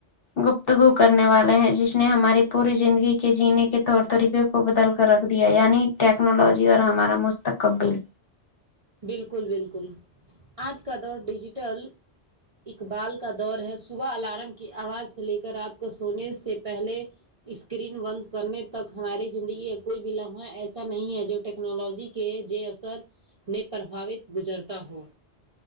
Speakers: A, on the left (about 55°); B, on the right (about 35°).
A: گپتگو کرنے والے ہیں جس نے ہماری پوری زندگی کے جینے کے طور طریقے کو بدل کر رکھ دیا یعنی ٹیکنالوجی اور ہمارا مستقبل
B: بالکل بالکل آج کا دور ڈیجیٹل اقبال کا دور ہے صبح الارم کی آواز سے لے کر رات کو سونے سے پہلے اسکرین بند کرنے تک ہماری زندگی کا کوئی بھی لمحہ ایسا نہیں ہے جو ٹیکنالوجی کی کے جے اثر میں پرباوت گزرتا ہو